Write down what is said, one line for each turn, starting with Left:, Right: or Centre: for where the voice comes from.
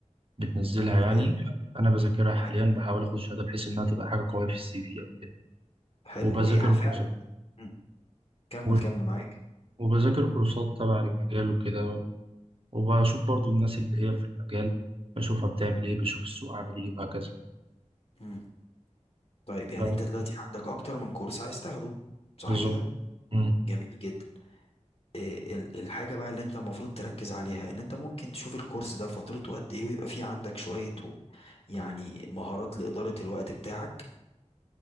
Right: بتنزلها يعني
Left: حلو
Right: آه، انا بذاكرها حاليا
Left: ح-
Right: بحاول اخد شهاده بحيث انها تبقى حاجه قويه في السي في او كده
Left: حلو
Right: وبذاكر
Left: وهي
Right: الكورسات
Left: فعلا مم. كمل
Right: و-
Left: كمل معاك
Right: وبذاكر كورسات تبع المجال وكده وبشوف برضو الناس اللي هي في المجال بشوفها بتعمل ايه بشوف السوق عامل ايه وهكذا
Left: مم. طيب يعني
Right: ف-
Left: انت دلوقتي عندك اكتر من كورس عايز تاخده صح
Right: بالظبط
Left: كده
Right: مم،
Left: جميل جدا إيه ال- الحاجة بقى اللي انت المفروض تركز عليها ان انت ممكن تشوف الكورس ده فترته قد ايه ويبقى فيه عندك شوية و- يعني مهارات لإدارة الوقت بتاعك